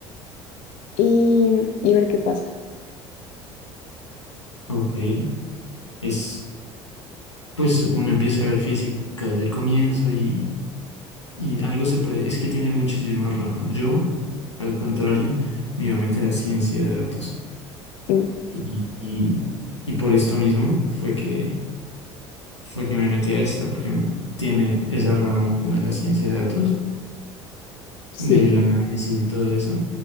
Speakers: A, on the left; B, on the left.
A: y, y ver qué pasa.
B: Ok, es, pues uno empieza a ver física desde el comienzo y Y algo se puede, es que tiene muchísimas ramas. Yo, al contrario, me iba a meter a ciencia de datos.
A: Mm,
B: Y, y, y por esto mismo fue que, fue que me metí a esta, porque m- tiene esa rama como de la ciencia de datos,
A: Sí,
B: del análisis y todo eso.